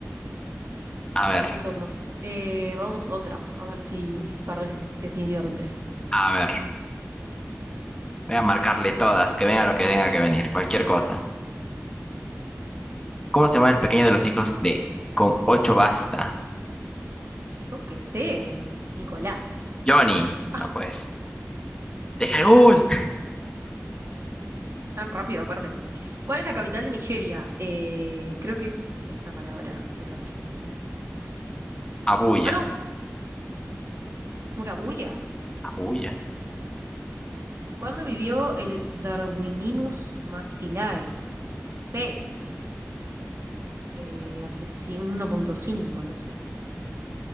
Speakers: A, on the left; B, on the right.
A: A ver,
B: Estoy usando. Eh, vamos otra, a ver si perdés definitivamente.
A: a ver. Voy a marcarle todas, que venga lo que tenga que venir, cualquier cosa. ¿Cómo se llama el pequeño de los hijos de con ocho basta?
B: Yo qué sé, Nicolás.
A: Johnny.
B: Ah,
A: No pues.
B: sí,
A: Deja el Google.
B: tan rápido aparte. ¿Cuál es la capital de Nigeria? Eh, creo que es esta palabra, que no la puse así.
A: Abuya.
B: Ah, no, como que Abuya.
A: Abuya.
B: ¿Cuándo vivió el Darwininus Massilae? Yo qué sé, eh, hace cien- uno punto cinco, no sé.